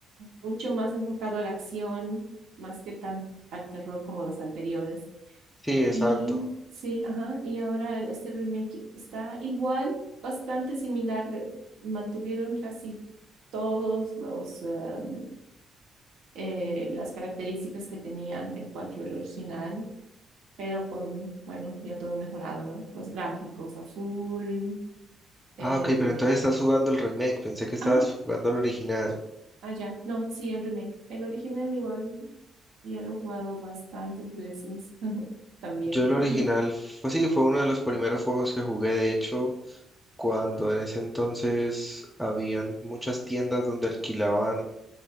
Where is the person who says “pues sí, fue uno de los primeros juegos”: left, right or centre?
Centre